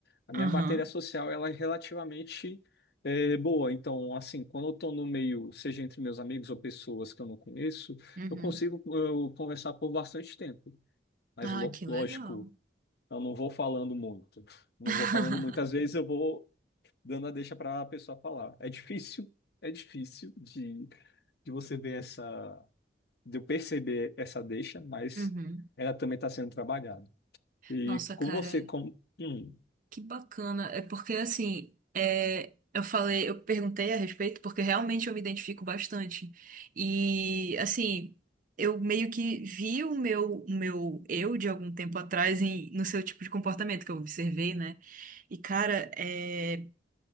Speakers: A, on the left (about 60°); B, on the right (about 50°).
A: A
B: Aham.
A: minha bateria social, ela é relativamente é, boa. Então, assim, quando eu estou no meio, seja entre meus amigos ou pessoas que eu não conheço,
B: Uhum.
A: eu consigo eu, conversar por bastante tempo. Mas,
B: Ah,
A: lo-
B: que
A: lógico,
B: legal.
A: eu não vou falando muito. Não
B: <laughs>
A: vou falando muitas vezes, eu vou dando a deixa para a pessoa falar. É difícil, é difícil de, de você ver essa, de eu perceber essa deixa, mas
B: Uhum.
A: ela também está sendo trabalhada. E
B: Nossa,
A: com
B: cara,
A: você, como, hum,
B: que bacana. É porque assim, é, eu falei, eu perguntei a respeito porque realmente eu me identifico bastante. E assim, eu meio que vi o meu, o meu eu de algum tempo atrás em, no seu tipo de comportamento que eu observei, né? E cara, é.